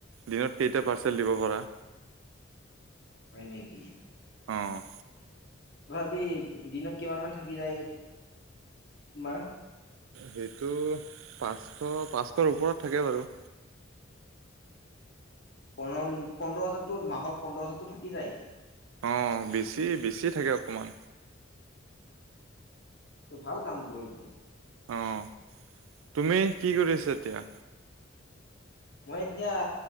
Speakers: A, on the right; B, on the left.
A: দিনত কেইটা পাৰ্চেল দিব পাৰা।
B: হয় নেকি?
A: অ'।
B: তথাপি দিনত কিমানমান থাকি যায় তোমাৰ?
A: সেইটো পাঁচশ পাঁচশৰ ওপৰত থাকে বাৰু।
B: পোন্ধ পোন্ধৰ হাজাৰতো মাহত পোন্ধৰ হাজাৰতো থাকি যায়।
A: অ' বেছি বেছি থাকে অকণমান।
B: ভাল কাম টো এইটো
A: অ' তুমি কি কৰিছা এতিয়া?
B: মই এতিয়া